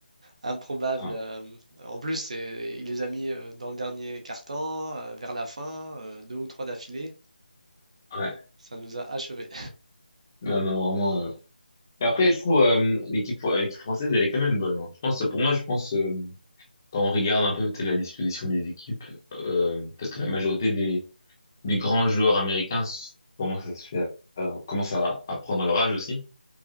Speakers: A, on the right; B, on the left.
A: improbables,
B: Ouais.
A: euh, en plus, c'est- il les a mis euh, dans le dernier quart-temps, euh, vers la fin, euh, deux ou trois d'affilée,
B: Ouais.
A: ça nous a achevés.
B: Non, non, vraiment. euh. Mais après, je trouve euh, l'équipe euh, l'équipe française, elle est quand même bonne. hein. Je pense, pour moi, je pense. euh, quand on regarde un peu tu sais, la disposition des équipes, euh, parce que la majorité des, des grands joueurs américains s- commencent à se faire, commencent à, à prendre leur âge aussi.